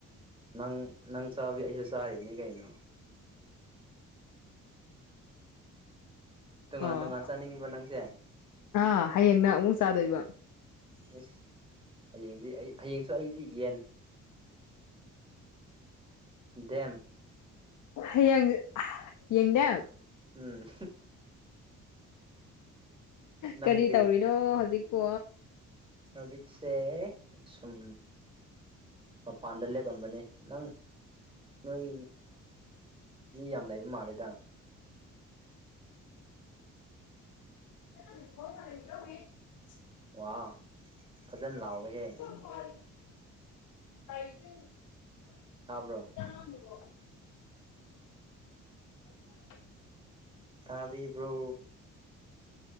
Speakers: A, on the right; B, on the left.
A: ꯅꯪ ꯅꯪ ꯆꯥꯕꯒꯤ ꯑꯩꯁꯨ ꯆꯥꯔꯤꯅꯤ ꯀꯩꯅꯣ ꯇꯣꯉꯥꯟ
B: ꯑꯣ
A: ꯇꯣꯉꯥꯟ ꯆꯥꯅꯤꯡꯕ꯭ꯔꯣ ꯅꯪꯁꯦ
B: ꯑꯥ ꯍꯌꯦꯡꯅꯪ ꯑꯃꯨꯛ ꯆꯥꯗꯣꯏꯕ
A: ꯏꯁ ꯍꯌꯦꯡꯗꯤ ꯑꯩ ꯍꯌꯦꯡꯁꯨ ꯑꯩꯗꯤ ꯌꯦꯟ ꯗꯦꯝ
B: ꯍꯌꯦꯡ ꯌꯦꯡ ꯗꯦꯝ
A: ꯎꯝ ꯅꯪꯗꯤ
B: ꯀꯔꯤ ꯇꯧꯔꯤꯅꯣ ꯍꯧꯖꯤꯛꯄꯣ
A: ꯍꯧꯖꯤꯛꯁꯦ ꯁꯨꯝ ꯃꯄꯥꯟꯗ ꯂꯦꯞꯑꯝꯕꯅꯦ ꯅꯪ ꯅꯣꯏ ꯃꯤ ꯌꯥꯝ ꯂꯩꯕ ꯃꯥꯜꯂꯦꯗ
B: <unintelligible>
A: ꯋꯥ ꯐꯖꯅ ꯂꯥꯎꯋꯦꯍꯦ
B: <unintelligible>
A: ꯇꯥꯕ꯭ꯔꯣ
B: <unintelligible> <inaudible> <inaudible>
A: ꯇꯥꯕꯤꯕ꯭ꯔꯣ